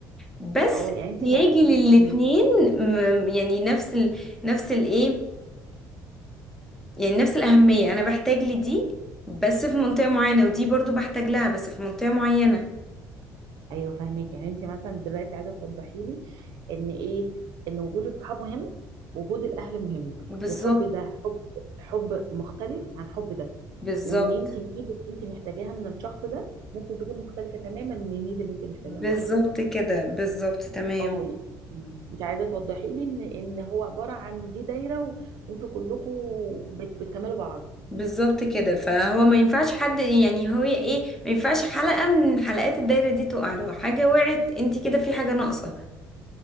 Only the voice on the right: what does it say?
اه يعني انت
مع إيه؟
إمم.
ايوه فاهمك يعني انت مثلا دلوقتي عايزه توضحي لي ان ايه ان وجود الصحاب مهم وجود الاهل مهم
وحب ده حب حب مختلف عن حب ده
وان انت النيد اللي انت محتاجاها من الشخص ده ممكن تكون مختلفه تماما من النيد اللي انت محتاجاها
من الشخص ده
اه يعني مم. انت عايزه توضحي لي ان ان هو عباره عن دي دايره و... وانتوا كلكم بت... بتكملوا بعض